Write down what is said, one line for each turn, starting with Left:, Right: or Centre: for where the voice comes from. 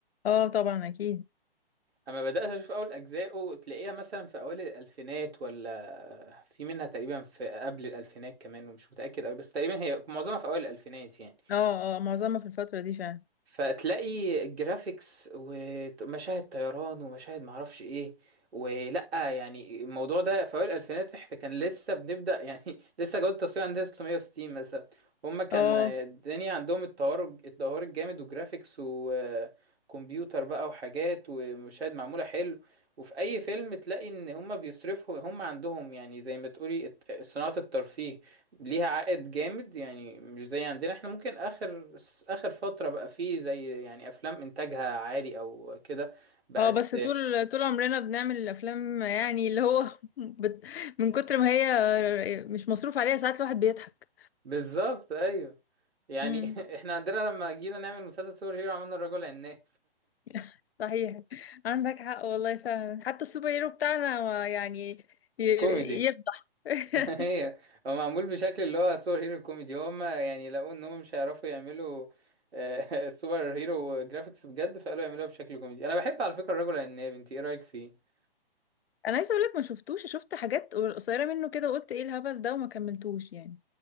Left: اه طبعا اكيد
Right: اما بدات اشوف اول اجزائه تلاقيها مثلا في اوائل الالفينات ولا في منها تقريبا في قبل الالفينات كمان ومش متاكد قوي بس تقريبا هي معظمها في اوائل الالفينات يعني
Left: اه اه معظمها في الفترة دي فعلا
Right: فتلاقي الجرافيكس ومشاهد طيران ومشاهد معرفش ايه ولا يعني الموضوع ده في اوائل الالفينات احنا كان لسه بنبدا يعني <laughs> لسه جوده التصوير عندنا 360 مثلا هما كان
Left: اه
Right: الدنيا عندهم التطور التطور الجامد وجرافيكس وكمبيوتر بقى وحاجات ومشاهد معموله حلو وفي اي فيلم تلاقي ان هما بيصرفوا هما عندهم يعني زي ما تقولي الت- صناعه الترفيه ليها عائد جامد يعني مش زي عندنا احنا ممكن اخر اخر فترة بقى فيه زي يعني افلام انتاجها عالي او كده بقت
Left: اه بس طول طول عمرنا بنعمل الافلام يعني اللي هو <laughs> بت... من كتر ما هي مش مصروف عليها ساعات الواحد بيضحك
Right: بالظبط ايوه يعني
Left: امم
Right: <laughs> احنا عندنا لما جينا نعمل مسلسل سوبر هيرو عملنا الرجل عناب
Left: <laughs> صحيح عندك حق والله فعلا حتى السوبر هيرو بتاعنا هو يعني ي...
Right: كوميدي
Left: يفضح <laughs>
Right: <laughs> هي هو معمول بشكل اللي هو سوبر هيرو كوميدي هما يعني لقوا ان هم مش هيعرفوا يعملوا آه، <laughs> سوبر هيرو جرافيكس بجد فقالوا يعملوها بشكل كوميدي انا بحب على فكرة الرجل العناب انت ايه رأيك فيه
Left: انا عايزه اقول لك ما شفتوش شفت حاجات قصيره منه كده وقلت ايه الهبل ده وما كملتوش يعني